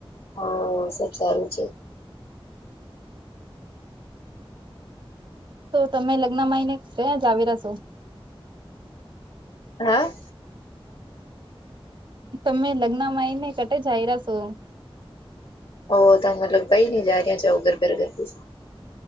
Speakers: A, on the left (about 65°); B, on the right (about 55°).
A: હા શું ચામ છે?
B: તો તમે લગ્ન મહિને ક્યાં જાવેરા સો?
A: હા.
B: તમે લગ્ન મયને કટે જાઈ રહાસો?
A: ઓ તા મતલબ કઈ ન જાય રહ્યા છો ઘર પે રેહું